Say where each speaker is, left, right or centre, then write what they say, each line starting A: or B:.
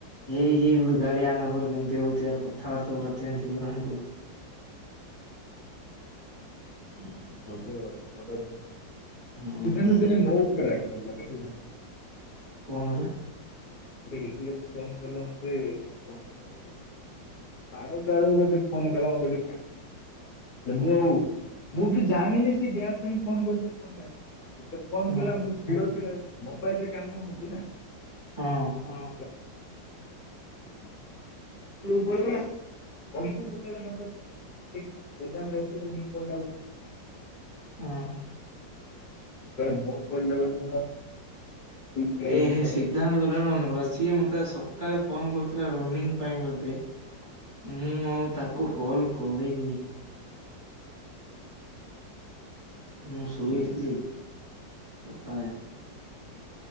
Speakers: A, on the left; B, on the left.
A: ଇଏ ଇଏ ଗୋଟେ ଗାଡ଼ି ଆଣିଲା ପରେ କେମିତି ହେଉଛି ଆର କଥାବାର୍ତ୍ତାଗୁରା। ଚେଞ୍ଜ୍ ହେଇଗଲାଣି କହୁଛି। ହୁଁ।
B: ହେବ <inaudible> ସିଦ୍ଧାନ୍ତ
A: ହୁଁ
B: ଦିନେ ମୋ ଉପରେ ରାଗିଗଲା କେତେଦିନ
A: କଣ ହେଲା?
B: <inaudible> ଫୋନ୍ କଲା ମତେ କଣ ପାଇଁ ଗୋଟେ ବାରଟା ବେଳକୁ ମତେ ଫୋନ୍ କଲା ମତେ <inaudible> ଯେ ମୁଁ ଆଉ ମୁଁ ବି ଜାଣିନି ସେ ଗ୍ୟାସ୍ ପାଇଁ ଫୋନ୍ କରୁଛି ଫୋନ୍ ଲାଗୁ <inaudible> ସେ ମତେ ଫୋନ୍
A: ହଁ
B: କଲା ମୁଁ ଭିଡ ଥିଲା <inaudible> ମୋବାଇଲରେ କାମ ହଉଛି ନା
A: ହଁ
B: ହଁ <unintelligible> <unintelligible> <inaudible>
A: ହଁ।
B: <inaudible> କହିଲା
A: ଏ ହେ ସିଦ୍ଧାନ୍ତ
B: କି
A: କଥାରୁ ମନେ ପଡ଼ିଲା ସିଏ ମୋତେ
B: ନାଇଁ
A: ସକାଳେ ଫୋନ କରୁଥିଲା ରନିଂ ପାଇଁ ବୋଧେ। ମୁଁ ଆଉ ତାକୁ କଲ୍ କରିନି। ମୁଁ ଶୋଇଥିଲି,
B: ଠିକ
A: ସକାଳେ।